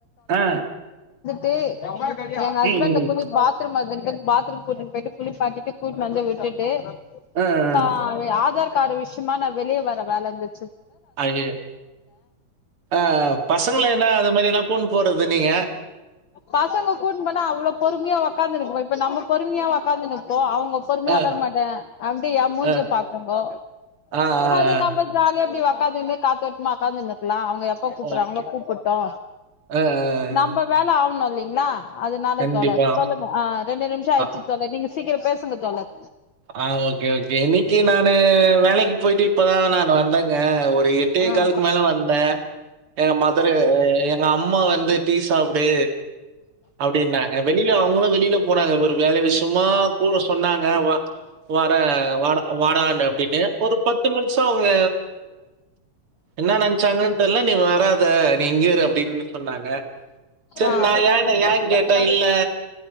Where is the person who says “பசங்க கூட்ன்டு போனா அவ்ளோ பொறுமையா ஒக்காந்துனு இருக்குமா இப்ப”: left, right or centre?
Left